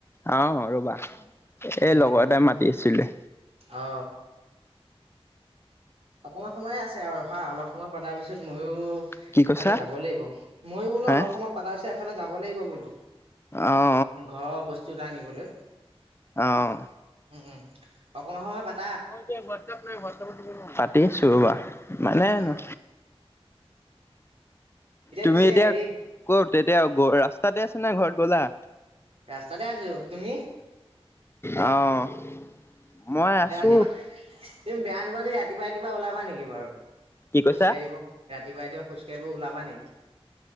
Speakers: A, on the left; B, on the right.
A: অ, ৰ'বা। এই
B: উম
A: লগৰ এটাই মাতি আছিলে।
B: অ অকমান সময়ে আছে আৰু খা অলপ সময় বনাৰ পিছত মইও
A: কি কৈছা
B: এইফালে যাব লাগিব। মইও বোলো
A: হা
B: অলপ সময় পাতা ছত। এফালে যাব লাগিব বোলো।
A: অ'
B: ঘৰ বস্তু আনিবলৈ
A: অহ,
B: উম উম অকনমান সময় বাট।
A: মই এতিয়া হোৱাটছএপ খুলি, হোৱাটছএপত দিব নোৱাৰোঁ। হাট চবা মানে
B: উম
A: নো তুমি
B: পিছে
A: এতিয়া
B: হেৰি
A: কৰ তেয়া এয়া ৰাস্তাতে আছে না ঘৰত গ'লা
B: ৰাস্তাতে আছো তুমি
A: অ' মই আছো
B: ৰাতিপুৱা তুমি বেয়া নিবা যদি ৰাতিপুৱ ৰাতিপুৱা ওলাবা নেকি, বাৰ খোজ
A: কি কৈছা?
B: কাঢ়িব ৰাতি, কেতিয়াৱা ৰাতিপুৱা খোজ ককাঢ়িব ওলাবা নেকি